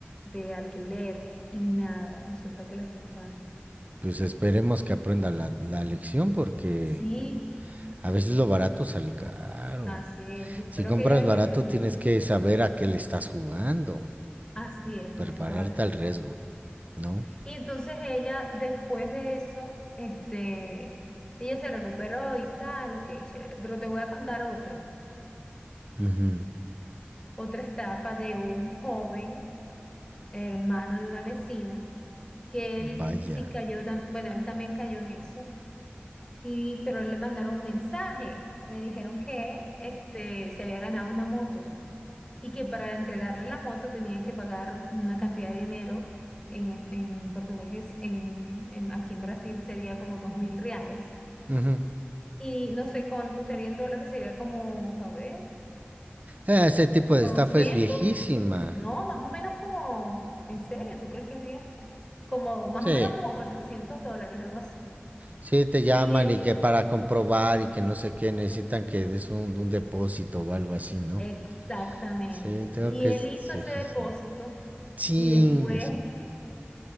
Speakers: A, on the left; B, on the right.
A: de alquiler y nada, resulta que la estafaron.
B: Pues esperemos que aprenda la, la lección porque
A: Sí,
B: a veces lo barato sale caro.
A: así es, yo espero
B: Si compras
A: que ella haya
B: barato
A: aprendido.
B: tienes que saber a qué le estás jugando.
A: Así es,
B: prepararte
A: tiene toda la razón.
B: al riesgo, ¿no?
A: Y entonces ella, después de eso, este, ella se recuperó y tal, ok, chévere. Pero te voy a contar otra,
B: Uh -huh.
A: otra estafa de un joven hermano de una vecina, que él
B: Vaya.
A: sí cayó, tam- bueno, él también cayó en eso, y, pero le mandaron un mensaje, le dijeron que este, se había ganado una moto y que para entregarle la moto tenía que pagar una cantidad de dinero, en, en portugués, es- en, en- aquí en Brasil sería como dos mil reales
B: Uh -huh.
A: Y no sé cuánto sería en dólares, sería como, a ver,
B: Ese tipo de
A: como
B: estafa
A: 200,
B: es viejísima.
A: no, más o menos como, en serio, ¿tú crees que es viaje? Como, más
B: Sí.
A: o menos como 400 dólares, algo así.
B: Sí, te llaman
A: Y él,
B: y que para comprobar y que no sé qué necesitan que des un, un depósito o algo así, ¿no?
A: exactamente,
B: Sí, creo
A: y
B: que
A: él
B: es
A: hizo
B: viejísimo.
A: ese depósito
B: Ching,
A: y después
B: eso.